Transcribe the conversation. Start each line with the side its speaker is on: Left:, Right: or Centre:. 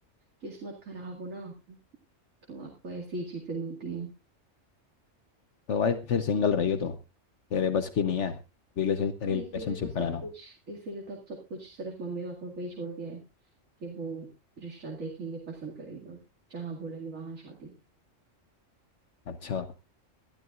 Right: किस्मत खराब हो ना तो आपको ऐसी ही चीजें मिलती हैं
Left: तो भाई फिर सिंगल रहिए तो तेरे बस की नहीं है रिलेशन रिलेशनशिप
Right: हाँ इसीलिए तो सब
Left: में रहना
Right: कुछ इसीलिए तो अब सब कुछ सिर्फ मम्मी पापा पे ही छोड़ दिया है कि वो रिश्ता देखेंगे पसंद करेंगे और जहाँ बोलेंगे वहां शादी
Left: अच्छा